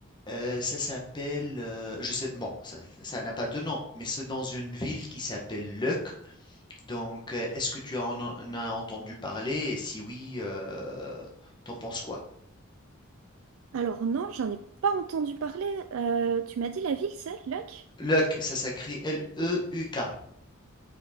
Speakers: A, on the left (about 20°); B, on the right (about 70°).
A: Euh, ça s'appelle, euh, je sais, bon, ça, ça n'a pas de nom, mais c'est dans une ville qui s'appelle Leuc. Donc, euh, est-ce que tu en, en as entendu parler? Et si oui, euh, t'en penses quoi?
B: Alors non, j'en ai pas entendu parler. Euh, tu m'as dit la ville, c'est Luck?
A: Leuc, ça s'écrit L-E-U-K.